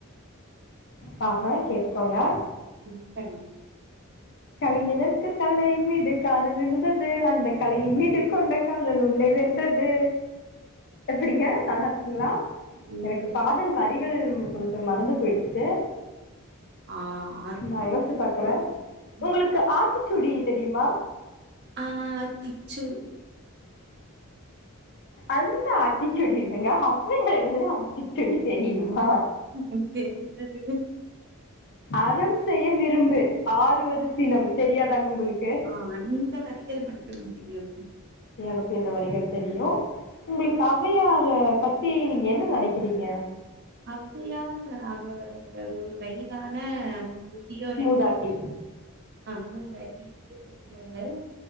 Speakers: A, on the left; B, on the right.
A: பாட்றே கேட்டுக்கோங்க.
B: ம் பாடுங்க.
A: கவிஞனுர்க்கு கவலையின் மீது காதல் விழுந்தது அந்த கலையின் மீது கொண்டக் காதல் உன்னை வென்றது. எப்பிடிங்க நல்லாருக்குங்ளா?
B: ம்
A: எனக்கு பாடல் வரிகள்ம் கொஞ்சோ மறந்து போய்டுச்சு.
B: ஆ அற்புதமாக
A: நா யோஸ்ச்சு பாக்கற.
B: இருக்கிறது
A: உங்குளுக்கு ஆத்திசூடி தெரிமா?
B: ஆத்திசூடி
A: அந்த ஆத்திச் சூடி இல்லங்க ஒளவையார் எழுதுன ஆத்திசூடி தெரியுமா?
B: ம்ஹு தெரியாதுங்க.
A: அறம் செய்ய விரும்பு ஆறுவது சினம் தெரியாதாங்க உங்குளுக்கு?
B: ஆங்க இந்த வரிகள் மட்டும் தெரியுங்க.
A: எனக்கு இந்த வரிகள் தெரியு. உங்குளுக்கு ஔவையார பத்தி நீங்க என்ன நெனைக்குறீங்க?
B: ஔவையார் அவர்கள் ஒரு வய்தான மு தியோர்
A: மூதாட்டி
B: என்று அ மூதாட்டி என்று தெரியுங்க